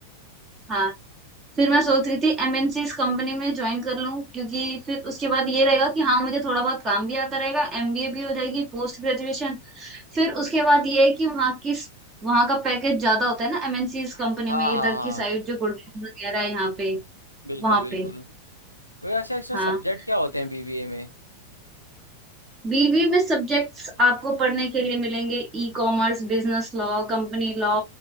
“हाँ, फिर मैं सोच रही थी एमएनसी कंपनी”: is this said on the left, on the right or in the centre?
Right